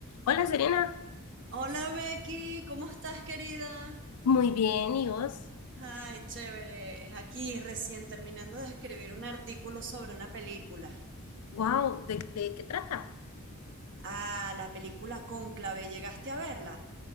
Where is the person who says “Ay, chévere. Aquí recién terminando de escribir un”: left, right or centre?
Right